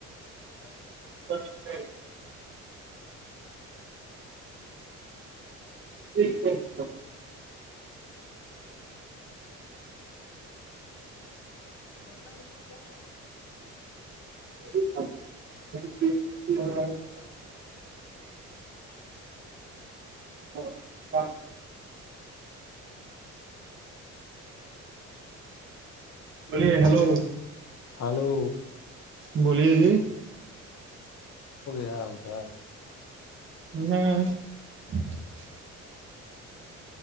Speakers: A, on the left (about 60°); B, on the right (about 40°).
A: اچ <unintelligible>
B: ب <unintelligible> ٹھیک ب <unintelligible>
A: <inaudible>
B: چ <unintelligible> ہ <unintelligible> بے ہلو <unintelligible>
A: ہلو
B: بولیے جی
A: <inaudible>
B: <inaudible>